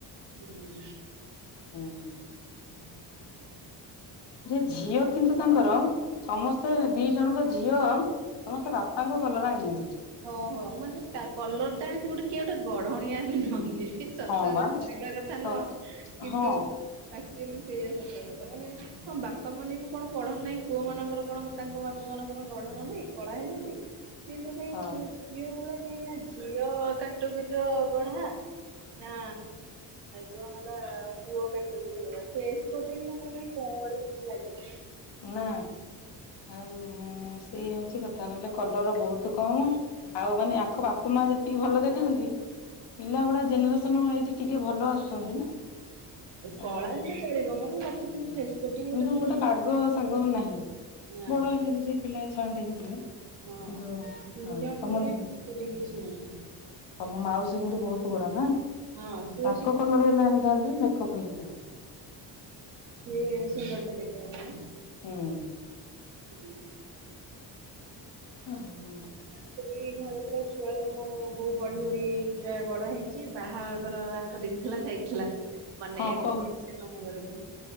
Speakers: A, on the right; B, on the left.
A: ହୁଁ।
B: ହୁଁ।
A: ହଁ ହ
B: ଯେ ଝିଅ କିନ୍ତୁ ତାଙ୍କର, ସମସ୍ତେ ଦି ଜଣଙ୍କ ଝିଅ ସମସ୍ତେ ବାପାଙ୍କ ଭଲରେ ଆଣିହନ୍ତି।
A: ଓହୋ ମାନେ କଲରଟା ଆଣି ଏନ୍ତି ଗୋଟେ କିଏ ଗୋଟେ ଗଢଣିଆ ବି ନୁହଁନ୍ତି। ହି ହି ସତ
B: ହଁ
A: କଥା
B: ବା।
A: କହିବା କଥା
B: ସତ
A: ନୁହଁ କିନ୍ତୁ
B: ହଁ
A: ତା ଆକଚୁଆଲି ସେଇଆ ସତ କଥା। ମାନେ ହଁ ବାପା ମାନେ ବି କଣ ଗଢଣ ନାହିଁ ପୁଅ ମାନଙ୍କର କଣ ତାଙ୍କ ବାପା ମାନଙ୍କ କଣ ଗଢଣ ନାହିଁ, କଳା ହେଲେ ବି କିନ୍ତୁ କାହିଁ
B: ହଁ
A: ପୁଅ ଝିଅ ଗୁଡା କାଇଁନା ଝିଅ କାଟଗୋରୀର ଗଢା ନା ଯୋଉ ହେଲା ପୁଅ କାଟାଗୋରୀ ଗୁରା ଫେସ୍ କଟିଂ ତାଙ୍କର କାଇଁ କଳା ମୋ ଆଡୁ କିଛି ଲାଗେନି।
B: ନାଁ ଆଉ ସେଇ ହଉଁଛି କଥା। ନହେଲେ କଲର ବହୁତୁ କମ ଆଉ ମାନେ ଆଙ୍କ ବାପା ମା ଯେତିକି ଭଲ ଦେଖାଯାଆନ୍ତି, ପିଲା ଗୁଡା ଜେନେରେସନ <unintelligible> ଆଇଛି ଟିକେ ଭଲ ଆସୁଛନ୍ତି ନା।
A: କଳା
B: ଆଉ
A: ହେଲେ ଚଳିବ ମ ବାକି କେମତି ଫେସ୍ କଟିଙ୍ଗ
B: କିନ୍ତୁ
A: ଗୋଟେ ଥିବ।
B: ବାଗ ଶାଗ ନାହିଁ।
A: ନା
B: ବଡ ହେଲେ କିଛି ପିଲା ଛାଆଣ୍ଡେ ହେଇଯିବେ।
A: ହଁ
B: କିନ୍ତୁ ହଁ
A: ଦୁଇ ଜଣଙ୍କର
B: ତମ
A: କାଇଁ ଫିସ୍ପିଟିଙ୍ଗ କିଛି ନାହିଁ।
B: ତମ ମାଉସୀ କିନ୍ତୁ ବହୁତ ପୁରା ନା,
A: ହଁ ସିଏ
B: ତାଙ୍କ କଲର ହେଲେ ଆଣିଥାନ୍ତେ ମେକଅପ୍ ହେଇଯାଇଥାନ୍ତେ।
A: ସେ ସୁନ୍ଦରୀଟା ଦେଖିବା ପାଇଁ ନା?
B: ହୁଁ।
A: ହୁଁ।
B: ହଁ ହଁ।
A: ତାଙ୍କରି ଘରେ ପୁରା ଛୁଆରୁ ମୋ ବୋଉ ବଢି ବଢି ପୁରା ବଡ ହେଇଁଛି। ବାହାଘର ଆଠ ଦିନ ଥିଲା ଯାଇଥିଲା। ମାନେ
B: ହଁ
A: <unintelligible>
B: କହୁ
A: ଆମ ଘରକୁ।